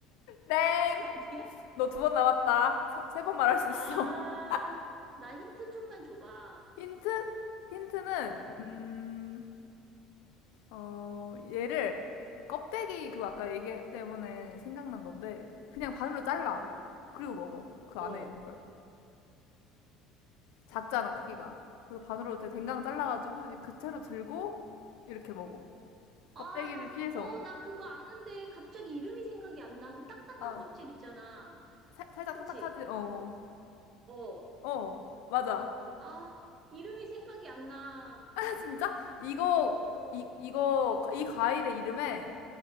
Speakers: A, on the left; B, on the right.
A: 땡.
B: 아니야?
A: 너 두번 남았다. 세번 말할 수
B: 아,
A: 있어. <laughs>
B: 나 힌트 좀만 줘봐.
A: 힌트? 힌트는
B: 응,
A: 음 어, 얘를 껍데기 그거 아까 얘기 때문에 생각난 건데 그냥 반으로 잘라.
B: 응,
A: 그리고 먹어. 그
B: 어.
A: 안에 있는 걸. 작잖아, 크기가. 그래서 반으로 대- 댕강 잘라가지고 이제 그 채로 들고 이렇게 먹어.
B: 아,
A: 껍데기를
B: 나,
A: 피해서.
B: 어, 나 그거 아는데 갑자기 이름이 생각이 안 나. 그 딱딱한
A: 아,
B: 껍질 있잖아.
A: 살, 살짝
B: 그치?
A: 딱딱하지? 어.
B: 어.
A: 어, 어, 맞아.
B: 아, 아, 이름이 생각이 안 나.
A: <laughs> 진짜? 이거,
B: 어.
A: 이, 이거, 이 과일의 이름에